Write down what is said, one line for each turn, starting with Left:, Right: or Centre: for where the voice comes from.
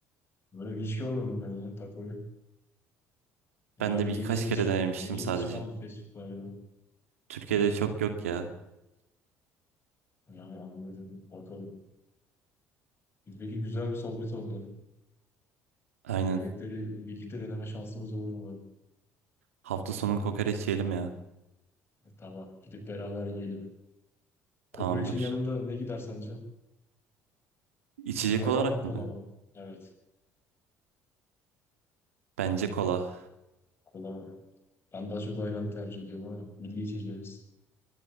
Left: böyle hiç görmedim ben ya takoyu. Herhalde
Right: Ben de birkaç
Left: yeni yeni,
Right: kere
Left: çık
Right: denemiştim
Left: yeni yeni
Right: sadece.
Left: çıkan bir fast food var ya.
Right: Türkiye'de çok yok ya.
Left: Yani anladım. Bakalım. Peki güzel bir sohbet oldu.
Right: Aynen.
Left: Yemekleri birlikte deneme şansımız olur umarım.
Right: Hafta sonu kokoreç yiyelim ya.
Left: Tamam. Gidip beraber yiyelim. Kokoreçin
Right: Tamamdır.
Left: yanında ne gider sence?
Right: İçecek
Left: Ayran
Right: olarak
Left: mı kola
Right: mı?
Left: mı? Evet.
Right: Bence kola.
Left: Kola mı? Ben daha çok ayranı tercih ediyorum ama milli içeceğiz.